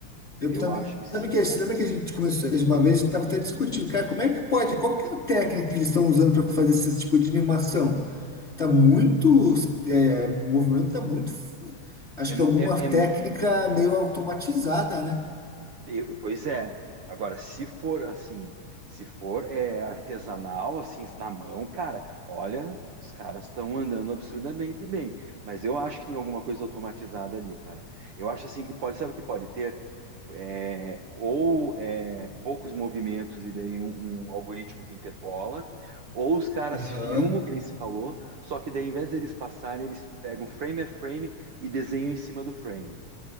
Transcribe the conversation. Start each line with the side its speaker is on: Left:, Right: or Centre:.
Left: Eu
Right: Eu
Left: também.
Right: acho que sim,
Left: Sabe que,
Right: cara.
Left: você lembra que a gente começou uma vez, a gente tava até discutindo, cara, como é que pode? Qual que é a técnica que eles estão usando para fazer esse tipo de animação? Tá muito. é, o movimento
Right: É,
Left: tá muito. f- Acho
Right: é,
Left: que alguma
Right: é,
Left: técnica
Right: é
Left: meio automatizada, né?
Right: Eu- Pois é. Agora, se for assim, se for é, artesanal, assim, na mão, cara, olha, os caras estão andando absurdamente bem. Mas eu acho que tem alguma coisa automatizada ali, cara. Eu acho assim que pode, sabe o que pode ter? É, ou é, poucos movimentos e daí um, um algoritmo que interpola, ou os caras
Left: Aham.
Right: filmam, que nem se falou, só que daí, em vez deles passarem, eles pegam frame a frame e desenham em cima do frame.